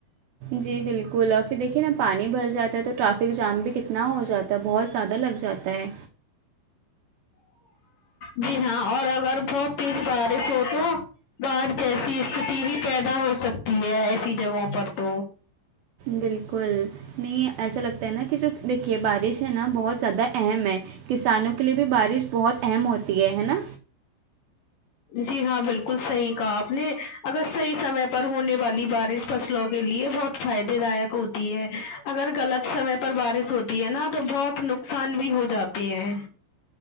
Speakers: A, on the right (about 70°); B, on the left (about 55°).
A: جی بالکل اور پھر دیکھیے نا پانی بھر جاتا ہے تو ٹرافک جام بھی کتنا ہو جات تا بہت زیادہ لگ جاتا ہے
B: جی ہاں اور اگر بہت تیج بارش ہو تو باڑ جیسی استتی بھی پیدا ہو سکتی ہے ایسی جگہوں پر تو
A: بالکل نہیں ایسا لگتا ہے نا کہ جو دیکھیے بارش ہے نا بہت زیادہ اہم ہے کسانوں کے لیے بھی بارش بہت اہم ہوتی ہے ہے نا
B: جی ہاں بالکل صحیح کہا اپ نے اگر صحیح سمے پر ہونے والی بارش فصلوں کے لیے بہت فائدے دائیک ہوتی ہے اگر غلط سمے پر بارش ہوتی ہے نا تو بہت نقصان بھی ہو جات تے ہیں